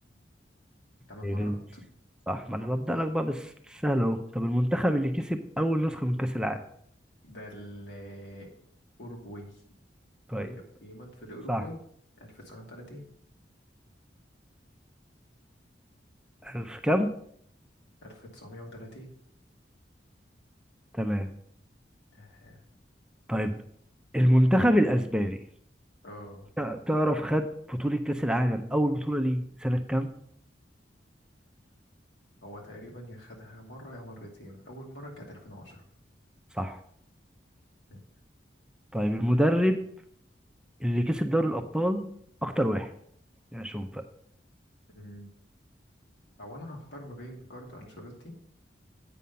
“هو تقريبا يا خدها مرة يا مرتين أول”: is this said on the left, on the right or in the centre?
Left